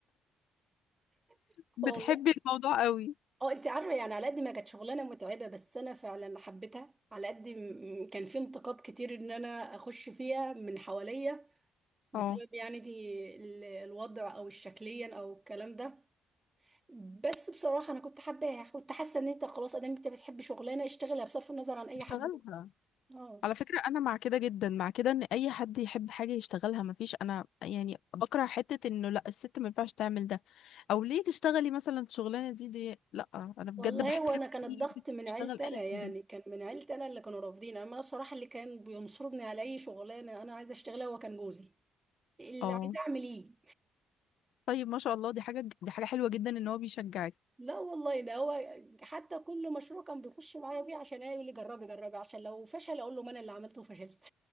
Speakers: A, on the right; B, on the left.
A: <laughs>
B: بتحب
A: والله
B: الموضوع قوي
A: اه انت عارفه يعني على قد ما كانت شغلانه متعبه بس انا فعلا حبيتها على قد م- م- كان في انتقاد كتير ان انا اخش فيها من حواليا بسبب
B: اه
A: يعني دي ال- الوضع او الشكليا او الكلام ده بس بصراحه انا كنت حباها كنت حاسه ان انت خلاص ادام انت بتحب شغلانه اشتغلها بصرف النظر عن اي
B: اشتغلها
A: حد اه
B: على فكرة أنا مع كده جدا مع كده إن أي حد يحب حاجة يشتغلها مفيش أنا يعني بكره حتة إنه لأ الست ما ينفعش تعمل ده أو ليه تشتغلي مثلا الشغلانة دي دي لأ أنا بجد
A: والله
B: بحترم
A: هو انا كان الضغط
B: أي ست
A: من
B: تشتغل
A: عيلتي
B: أي
A: انا يعني
B: حاجة
A: كان من عيلتي انا اللي كانوا رافضين اما أنا بصراحه اللي كان بينصرني على اي شغلانه انا عايزه اشتغلها هو كان جوزي اللي
B: اه
A: عايزه اعمل ايه
B: طيب ما شاء الله دي حاجة دي حاجة حلوة جدا إن هو بيشجعك
A: لا والله ده هو حتى كل مشروع كان بيخش معايا فيه عشان ايه يقول لي جربي جربي عشان لو فشل اقول له ما انا اللي عملته وفشلت